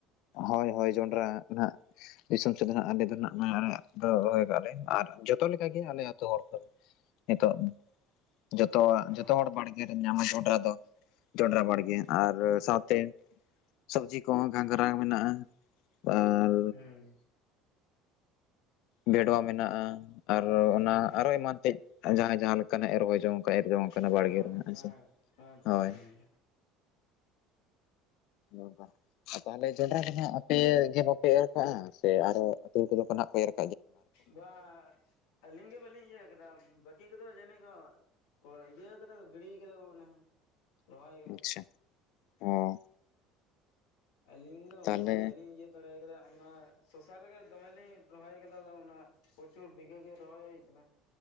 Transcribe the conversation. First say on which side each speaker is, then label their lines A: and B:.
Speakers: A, on the left; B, on the left.
A: ᱦᱳᱭ ᱦᱳᱭ ᱡᱚᱸᱰᱨᱟ ᱱᱟᱦᱟᱜ, ᱫᱤᱥᱚᱢ ᱥᱮᱫ ᱫᱚ ᱱᱟᱜ ᱟᱞᱮ ᱫᱚ ᱱᱟᱜ <unintelligible> ᱫᱚ ᱨᱚᱦᱚᱭ ᱠᱟᱜ-ᱟ ᱞᱮ, ᱟᱨ ᱡᱚᱛᱚ ᱞᱮᱠᱟ ᱜᱮ ᱟᱞᱮ ᱟᱹᱛᱩ ᱦᱚᱲ ᱠᱚᱦᱚᱸ ᱱᱤᱛᱚᱜ᱾ ᱡᱚᱛᱚᱣᱟᱜ,
B: ᱚ
A: ᱡᱷᱚᱛᱚ ᱦᱚᱲ ᱵᱟᱲᱜᱮ ᱨᱮᱢ ᱧᱟᱢᱟ ᱡᱚᱸᱰᱨᱟ ᱫᱚ ᱡᱚᱸᱰᱨᱟ ᱵᱟᱲᱜᱮ ᱟᱨ
B: ᱡᱚᱱᱰᱨᱟ
A: ᱥᱟᱯ ᱛᱮ ᱥᱚᱵᱡᱤ ᱠᱚᱦᱚᱸ ᱜᱷᱟᱸᱜᱨᱟ ᱢᱮᱱᱟᱜᱼᱟ। ᱟᱨ
B: ᱦᱮᱸ,
A: ᱵᱷᱮᱰᱚᱣᱟ ᱢᱮᱱᱟᱜᱼᱟ ᱟᱨ ᱚᱱᱟ
B: ᱦᱩᱸ ᱦᱮᱸ
A: ᱟᱨᱚ ᱮᱢᱟᱱ ᱛᱮᱫ ᱡᱟᱦᱟᱸᱭ ᱡᱟᱦᱟᱸ ᱞᱮᱠᱟᱱᱟᱜ ᱮ ᱨᱚᱦᱚᱭ ᱡᱚᱝ ᱠᱟᱱᱟ ᱮᱨ ᱡᱚᱝ ᱠᱟᱱᱟ
B: ᱦᱮᱸ
A: ᱵᱟᱲᱜᱮ ᱨᱮ
B: ᱦᱮᱸ
A: ᱥᱮ
B: ᱦᱮᱸ ᱛᱚ
A: ᱦᱳᱭ
B: ᱦᱮᱸ।
A: ᱚᱝᱠᱟ ᱛᱟᱦᱚᱞᱮ ᱡᱚᱱᱰᱨᱟ ᱫᱚ ᱦᱟᱸᱜ ᱟᱯᱮ ᱜᱮ ᱵᱟᱯ ᱮᱨ ᱠᱟᱜᱼᱟ ᱥᱮ ᱟᱨᱚ ᱟᱹᱛᱩ <unintelligible> ᱠᱷᱟᱱᱟᱜ ᱠᱚ ᱮᱨ ᱠᱟᱜᱼᱟ?
B: ᱵᱟ ᱟᱹᱞᱤᱧ ᱜᱮ ᱵᱟᱹᱞᱤᱧ ᱤᱭᱟᱹ ᱠᱟᱫᱟ ᱵᱟᱹᱠᱤ ᱠᱚᱫᱚ ᱡᱟᱹᱱᱤᱡ ᱠᱚ ᱠᱚ ᱤᱭᱟᱹ ᱠᱟᱫᱟ ᱠᱚ ᱜᱤᱲᱤ ᱠᱟᱫᱟ ᱠᱚ ᱢᱚᱱᱮ ᱦᱚᱭ। ᱨᱚᱦᱚᱭ
A: ᱟᱪᱪᱷᱟ ᱚ,
B: ᱟᱞᱤ ᱫᱚ
A: ᱛᱟᱦᱚᱞᱮ
B: ᱵᱟᱞᱤᱧ ᱤᱭᱟ ᱫᱟᱲᱮ ᱠᱟᱫᱟ ᱚᱱᱟ ᱥᱚᱥᱟ ᱨᱮᱜᱮ ᱫᱚᱢᱮ ᱞᱤᱧ ᱨᱚᱦᱚᱭ ᱟᱠᱟᱫᱟ ᱚᱱᱟ ᱯᱨᱪᱩᱨ ᱵᱤᱜᱮ ᱜᱮ ᱨᱚᱦᱚᱭ ᱦᱩᱭ ᱠᱟᱱᱟ।